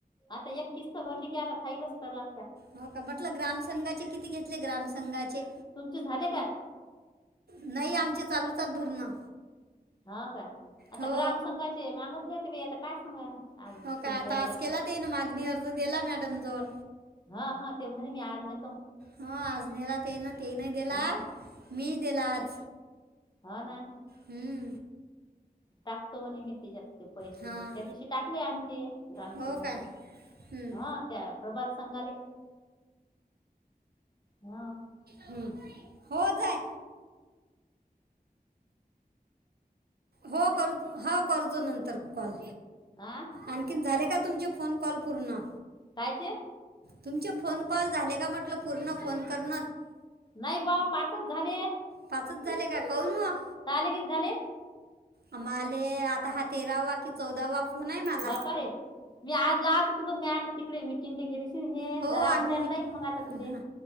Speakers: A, on the left; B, on the right.
A: आता एक किस्त भरली की आता फाईलच तरला.
B: हो का म्हटलं ग्रामसंघाचे किती घेतले ग्रामसंघाचे?
A: तुमचे झाले का
B: नाही आमचे चालूचत भरणं.
A: हा का आता
B: हो
A: ग्राम संघाचे मागतले होते ब आता काय सांगा. आज
B: हो का
A: तुम्ही
B: आतास
A: गेलं
B: केला
A: तर
B: ते ना मागणी अर्ज दिला मॅडम जवळ.
A: हा हा ते म्हणे मी आज्ञ
B: हा आज नेला ते ना ते नाही दिला
A: हा
B: मी दिला आज.
A: हा ना
B: हम्म
A: टाकतो म्हणे मी तीजात. ते पैसे
B: हां
A: त्या दिवशी टाकले आम्ही ते ग्राम
B: हो
A: संघाचे.
B: काय हम्म,
A: हा त्या प्रभात संगाले हा.
B: हम्म. हो जाय. हो कर हो करतो नंतर कॉल
A: आ
B: आणखीन झाले. का तुमचे फोन कॉल पूर्ण?
A: कायते?
B: तुमचे फोन कॉल झाले का म्हटलं पूर्ण फोन करण?
A: नाही बा पाचच झाले.
B: पाचच झाले का क <unintelligible>
A: झाले किती झाले.
B: आमाले आता हा तेरावा कि चौदावा फोन आहे मला
A: बाप रे मी आज लाहत होती पण मी आठ तिकडे मिटिंगला गेली. हे
B: हो
A: जरा
B: आम्ही
A: भरायला
B: मिट
A: नाहीई मग आता तुले.
B: हां